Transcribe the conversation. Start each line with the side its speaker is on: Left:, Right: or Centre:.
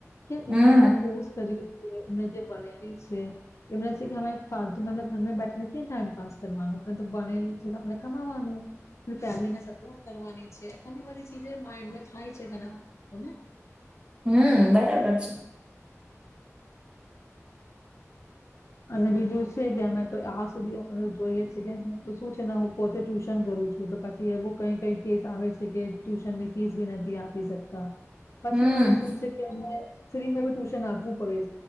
Left: કે
Right: હમ
Left: એમને જે કોર્સ કર્યો છે એમને જે ભણેલી છે. એમને છે કે ફાતુને આપણે ઘરમાં બેઠને ક્યા ટાઈમ પાસ કરવાનું આપણે તો બનેલું છે આપણે કમાવાનું. ફેમિલી ને સપોર્ટ કરવાની છે ઘણી બધી ચીજ માઇન્ડમાં થાય છે ઘણાને
Right: હમ બરાબર છે
Left: અને બીજું છે કે અમે તો આ સુધી આપ જોઈએ છે કે હું શું છે ને હું પોતે ટ્યુશન કરું છું તો પછી એવું કઈ કઈ કેસ આવે છે કે ટ્યુશન ની ફીસ ભી નથી આપી શકતા પછી
Right: હમ
Left: માને શું છે કે અમને ફ્રીમાં બી ટ્યુશન આપવું પડે